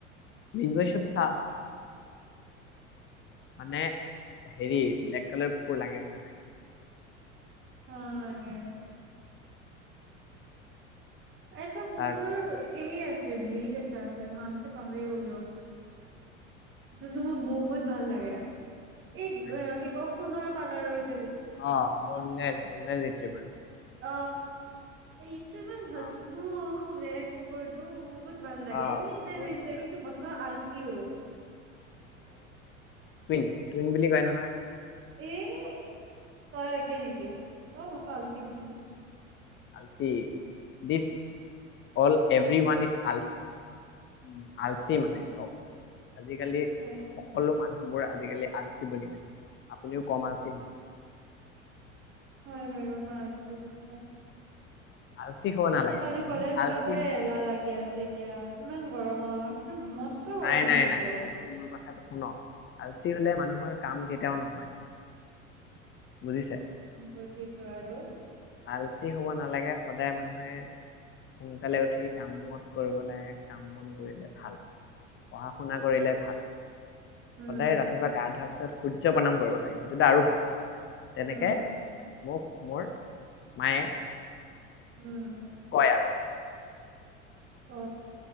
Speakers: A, on the left (about 30°); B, on the right (about 30°).
A: বিশছব চপ চ মানে হেৰি ব্লেক কালাৰবোৰ লাগে মানে নাই
B: অ হে এটা কুকুৰৰ
A: তাৰ পিছ
B: এৰি আছে। বড এটা আছে মই মনতে পাহৰি গ'লো যোনটো মোৰ বহুত ভাল লাগে এই
A: হয় নেকি?
B: কি ক। সোণৰ কলাৰ ৰ।
A: অ বন বন নিটিব পাৰি
B: অ এই ত ইমান ভ্মো
A: অ',
B: খুবে কুকুৰটো বহুত ভাল লাগে
A: অ
B: এনি টাইম
A: মোৰ
B: এনজয়
A: নিচিনা
B: কিন্তু বছৰ আলচিও।
A: টুইন টুইন বুলি কয় ন,
B: এ যে তই একে নেকি অ মই চালছিল দিচোন
A: আলচি বিছ অল এভৰি ৱান ইজ আল। উ আলচি
B: হয়
A: মানে
B: হয়
A: চব আজিকালি
B: হয় হয়
A: সকলো মানুহ মই আজিকালি আলচি বুলি কৈছে আপুনিও কম আলচি নহয়
B: ব ৰ মই আছে নস
A: আলচি হ'ব
B: মোৰতো
A: নালাগে
B: কালি
A: মানুহ
B: কলেজ
A: আলচি
B: যাবই এলা লাগি আছে। এতিয়া ইমান গৰমত। মসষ্ট গৰম
A: নাই নাই
B: দিছে
A: নাই
B: তো।
A: আপুনি মোৰ কথাটো শুনক আলচি হলে মানুহৰ কাম কেতিয়াও নহয়, বুজিছে
B: বতিছোৱাৰ আৰু
A: আলচি হব নালাগে সদায় মানুহে সোনকালে উঠি কামত কৰিব লাগে কাম বন কৰিলে ভাল পঢ়া শুনা কৰিলে ভাল।
B: উম
A: সদায় ৰাতিপুৱা গা ধোৱা সূৰ্য্য প্ৰণাম কৰিব লাগে সেইটো আৰু ভাল তেনেকে
B: উম
A: মোক মোৰ মায়ে
B: উম
A: হয় আৰু
B: অ